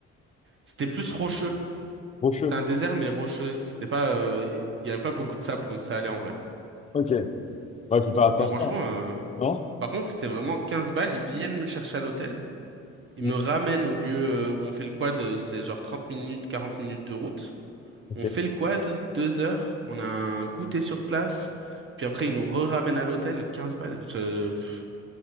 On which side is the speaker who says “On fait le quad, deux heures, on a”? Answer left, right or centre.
Right